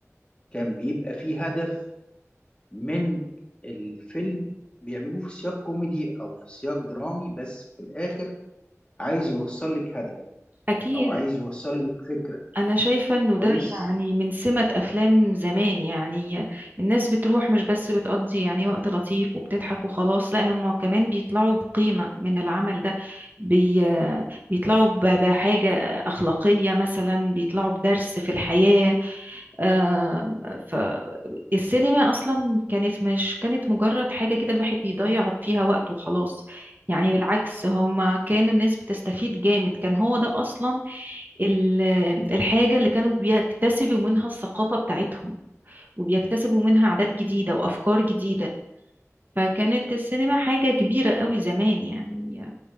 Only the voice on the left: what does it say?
كان بيبقى فيه هدف من الفيلم بيعملوه في سياق كوميدي أو في سياق درامي بس في الآخر عايز يوصل لك هدف
أو عايز يوصل لك فكرة
كويس